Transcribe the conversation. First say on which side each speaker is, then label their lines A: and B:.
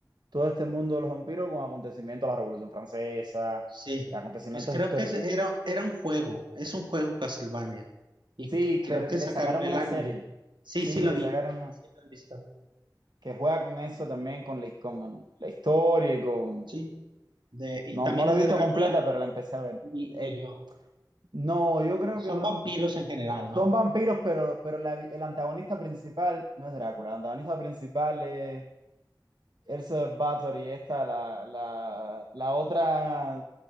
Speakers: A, on the right; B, on the right.
A: todo este mundo de los vampiros con acontecimientos de la Revolución Francesa,
B: Sí,
A: acontecimientos
B: pues creo
A: históricos.
B: que es- era, era un juego, es un juego Castlevania. Y
A: Sí,
B: c- creo
A: pero
B: que
A: le
B: sacaron
A: sacaron
B: el
A: una
B: anime.
A: serie.
B: Sí,
A: Sí,
B: sí lo
A: le
B: vi,
A: sacaron.
B: sí lo he visto.
A: que juega con eso también, con la, con el- la historia y con...
B: Sí, de, y
A: No,
B: también
A: no la
B: es
A: he visto
B: de Drácula,
A: completa, pero la empecé a ver.
B: ni, ni
A: Eh,
B: yo.
A: no, yo creo
B: Son
A: que no.
B: vampiros en general, ¿no?
A: Son vampiros, pero, pero la- vi- el antagonista principal no es Drácula. El antagonista principal es Elsa Bathory, esta, la, la, la otra